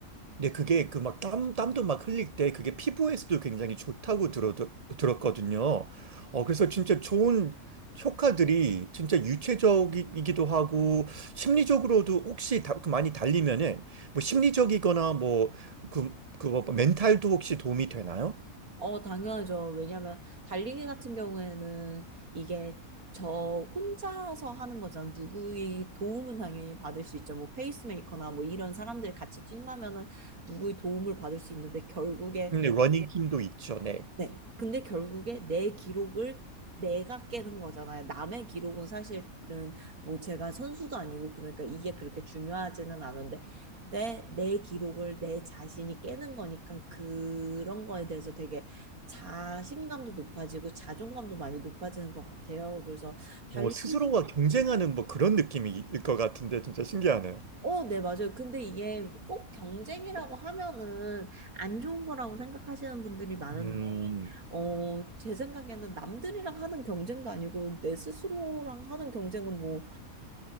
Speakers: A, on the right; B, on the right.
A: 근데 그게 그 막 땀, 땀도 막 흘릴 때 그게 피부에서도 굉장히 좋다고 들어, 들었거든요. 어, 그래서 진짜 좋은 효과들이 진짜 유체적이기도 하고 심리적으로도 혹시 다, 그 많이 달리면은 뭐 심리적이거나 뭐 그, 그뭐 멘탈도 혹시 도움이 되나요?
B: 어, 당연하죠. 왜냐면 달리기 같은 경우에는 이게 저 혼자서 하는 거잖아. 누구의 도움은 당연히 받을 수 있죠. 뭐 페이스메이커나 뭐 이런 사람들이 같이 뛴다면은 누구의 도움을 받을 수 있는데 결국에
A: 근데 러닝팀도 있죠. 네.
B: 네. 근데 결국에 내 기록을 내가 깨는 거잖아요. 남의 기록은 사실은 뭐 제가 선수도 아니고 그러니까 이게 그렇게 중요하지는 않은데 내, 내 기록을 내 자신이 깨는 거니까 그런 거에 대해서 되게 자신감도 높아지고 자존감도 많이 높아지는 것 같아요. 그래서 달리기
A: 뭐 스스로와 경쟁하는 뭐 그런 느낌일 것 같은데 진짜 신기하네요.
B: 어, 네, 맞아요. 근데 이게 꼭 경쟁이라고 하면은 안 좋은 거라고 생각하시는 분들이 많은데
A: 음.
B: 어, 제 생각에는 남들이랑 하는 경쟁도 아니고 내 스스로랑 하는 경쟁은 뭐